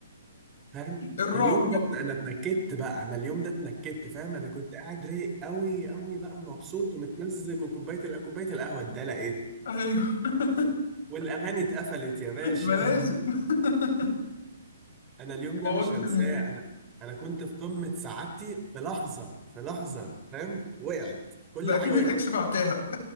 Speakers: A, on the right; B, on the left.
A: فاهم
B: الرعب
A: اليوم ده
B: بقى
A: أنا اتنكدت بقى أنا اليوم ده اتنكدت فاهم أنا كنت قاعد رايق أوي أوي بقى ومبسوط ومتمزج وكوباية ال- كوباية القهوة اتدلقت
B: ايوه <laughs>
A: والاغاني اتقفلت يا باشا
B: ما لازم <laughs>
A: <laughs> انا اليوم ده
B: بوظت
A: مش هنساه
B: المود
A: انا انا كنت في قمة سعادتي في لحظة في لحظة فاهم وقعت كل
B: ده اكيد
A: حاجة وقعت
B: الاكس بعتها